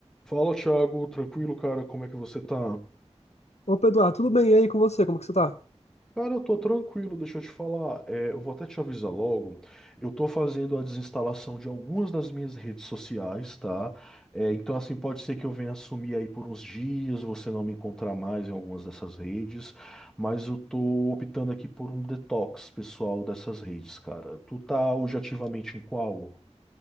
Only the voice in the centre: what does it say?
Fala, Thiago, tranquilo, cara? Como é que você tá?
Cara, eu tô tranquilo, deixa eu te falar. É, eu vou até te avisar logo. Eu tô fazendo a desinstalação de algumas das minhas redes sociais, tá? É, então, assim, pode ser que eu venha sumir aí por uns dias, você não me encontrar mais em algumas dessas redes, mas eu tô optando aqui por um detox pessoal dessas redes, cara. Tu tá hoje ativamente em qual?